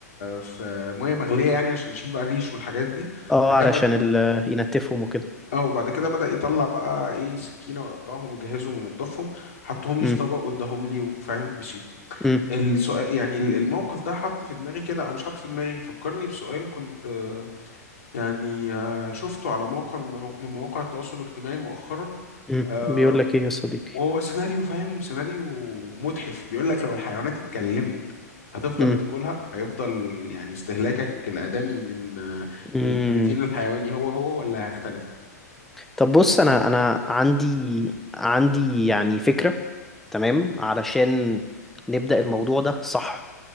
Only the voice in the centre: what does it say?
اه
علشان
ال... ينتفهم وكده
امم
امم
امم
بيقول لك ايه يا صديقي
امم
امم
طب بص انا انا عندي عندي يعني فكرة تمام علشان نبدأ الموضوع ده صح